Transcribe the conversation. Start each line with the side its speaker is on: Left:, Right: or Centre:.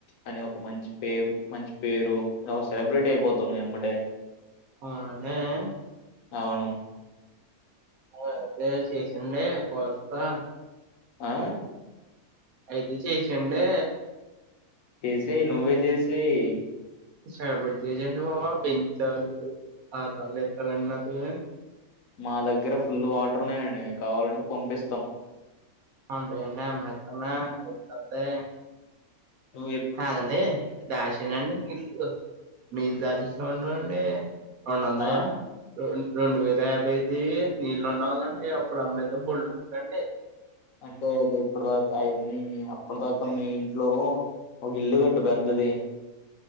Left: అనే ఒక మంచ్ పేమ్, మంచి పేరు ఒక సెలబ్రేటీ అయిపోతానువేంమ్మటే.
Right: అవునండి
Left: అవును
Right: అయితే చేసండి పోల్సా
Left: ఆ
Right: అయితే చేసెన్డి
Left: చేసేయి నువ్వే చేసయి
Right: సరే ఇప్పుడు చేసండి బాబు పెంచాలు ఆ తల నొప్పులన్ని ఎస్తాలండి నాది
Left: మా దగ్గర ఫుల్ వాటర్ ఉన్నాయండి కావాలంటే పంపిస్తాం
Right: <unintelligible>
Left: నువ్వు ఎప్పుడు
Right: కాదండి
Left: డబ్బులు కట్టు
Right: దాచానండి నీళ్ళు నీళ్ళ దాచేసమంటాారంండే అవునన్నాయా
Left: ఆ
Right: రోన్ రెండు వేల యాభైది నీళ్లుుండవులేండి. అప్పుడు అమ్మేతే బొళ్ళడబ్బులాండి.
Left: అంటే అది ఇప్పడ్దాకా అయ్యన్నీ అప్పన్ దాకా మీ ఇంట్లో ఒక ఇల్లు గట్టు పెద్దది.